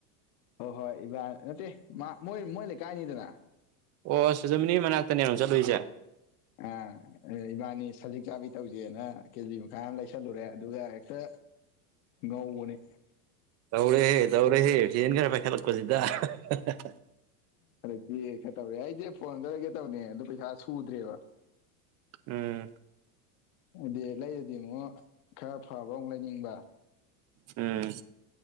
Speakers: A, on the left; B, on the right.
A: ꯍꯣꯏ ꯍꯣꯏ ꯏꯕꯥ ꯅꯠꯇꯦ ꯃꯥ ꯃꯣꯏ ꯃꯣꯏ ꯂꯩꯀꯥꯏꯅꯤꯗꯅ
B: ꯑꯣ ꯁꯨꯖꯃꯤꯅꯤ ꯃꯅꯥꯛꯇꯅꯦꯕ ꯆꯠꯂꯨꯏꯖꯦ
A: ꯎꯝ ꯑꯦ ꯏꯕꯥꯅꯤ ꯁꯖꯤꯛ ꯆꯥꯕꯤ ꯇꯧꯖꯦꯅ ꯀꯦꯖꯤ ꯃꯈꯥꯏ ꯑꯃ ꯂꯩꯁꯜꯂꯨꯔꯦ ꯑꯗꯨꯒ ꯍꯦꯛꯇ ꯒꯧꯕꯅꯦ
B: ꯇꯧꯔꯦꯍꯦ ꯇꯧꯔꯦꯍꯦ <unintelligible> ꯈꯔ ꯄꯥꯏꯈꯠꯂꯛꯄꯖꯤꯗ <unintelligible>
A: ꯍꯟꯗꯛꯇꯤ ꯈꯔ ꯇꯧꯔꯦ ꯑꯩꯗꯤ ꯐꯣꯟꯗ ꯂꯩꯒꯦ ꯇꯧꯅꯦ ꯑꯗꯣ ꯄꯩꯁꯥ ꯁꯨꯗ꯭ꯔꯦꯕ <inaudible> <unintelligible>
B: ꯎꯝ
A: ꯑꯗꯤ ꯂꯩꯔꯗꯤ ꯑꯃꯣ ꯈꯔ ꯐꯕ ꯑꯃꯨꯛ ꯂꯩꯅꯤꯡꯕ
B: ꯎꯝ